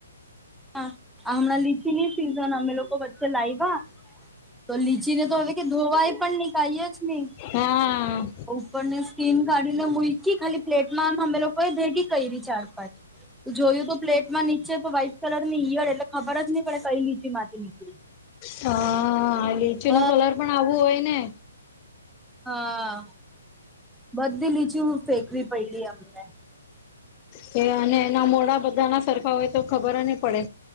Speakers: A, in the centre; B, on the left.
A: હા હમણાં લીચી ની સિઝન અમે લોકો વચ્ચે લાવ્યા તો લીચીને તો હવે કે ધોવાય પણ નની કહી જ નહી
B: હા
A: ઉપરની સ્કીન કાઢીને મલકી ખાલી પ્લેટમાં અમે લોકોએ ભેગી કરી ચાર પાંચ જોયું તો પ્લેટમાં નીચે તો વાઇટ <unintelligible> એ ખબર જ નહી પડે કઈ લીચી માંથી નીકળી
B: હા લીચી
A: બ
B: નો કલર પણ આવું હોય ને
A: હા બધી લીચી ફેકવી પયડી અમને.
B: કે અને એના મોડા બધા ના સરખા હોય તો ખબર નહી પડે.